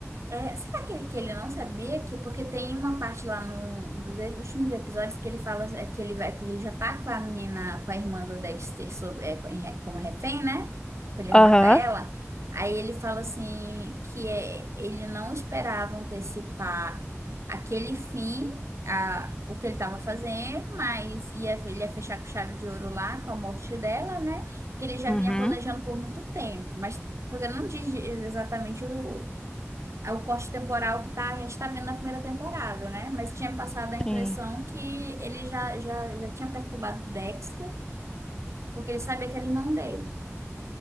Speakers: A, on the right (about 65°); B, on the left (about 15°).
A: É, será que, que ele não sabia que porque tem uma parte lá no- nos últimos episódios que ele fala é, que ele vai que ele já tá com a menina com a irmã do Dexter sob- é, co- em re- como refém, né? Que Ele vai
B: Aham.
A: matar ela. Aí ele fala assim que é, ele não esperava antecipar aquele fim, a, o que ele estava fazendo, mas ia, ele ia fechar com chave de ouro lá com a morte dela, né? E que ele já
B: Uhum.
A: vinha planejando por muito tempo, mas porque não diz exatamente o é o corte temporal que tá, a gente tá vendo na primeira temporada, né? Mas tinha passado a impressão
B: Sim.
A: que ele já, já, já tinha perturbado o Dexter, porque ele sabia que era irmão dele.